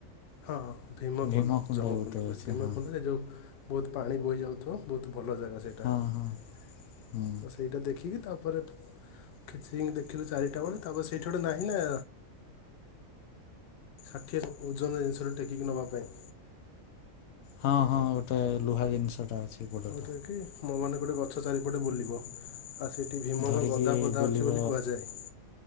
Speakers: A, on the left; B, on the left.
A: ହଁ। ଭୀମକୁଣ୍ଡ
B: ଭୀମକୁୁଣ୍ଡ
A: ଜମକୁଣ୍ଡ
B: ଗୋଟେ
A: କୁ
B: ଅଛି
A: ଭୀମକୁଣ୍ଡ
B: ହଁ
A: ଏ ଯେଉଁ ବହୁତ ପାଣି ବୋହି ଯାଉଥିବ ବହୁତ ଭଲ ଜାଗା ସେଇଟା
B: ହଁ ହଁ ହୁଁ
A: ତ ସେଇଟା ଦେଖିକି ତାପରେ ଖିଚିଙ୍ଗ ଦେଖିଲୁ ଚାରିଟା ବେଳେ ତାପରେ ସେଇଠି ଗୋଟେ ନାହିଁ ନା ସାଠିଏ ଓଜନ ଜିନିଷଠ ଟେକିକି ନେବା ପାଇଁ
B: ହଁ ହଁ ଗୋଟେ ଲୁହା ଜିନିଷ ଟା ଅଛି। ବଡ଼ଟା।
A: <unintelligible> ମୋ ମାନ ଗୋଟେ ଗଛ ଚାରିପଟେ ବୁଲିବ। ଆଉ ସେଇଠି ଭୀମଙ୍କ
B: ଧରିକି
A: ଗଦା ପଦା
B: ବୁଲିବ
A: ଅଛି ବୋଲି କୁହାଯାଏ।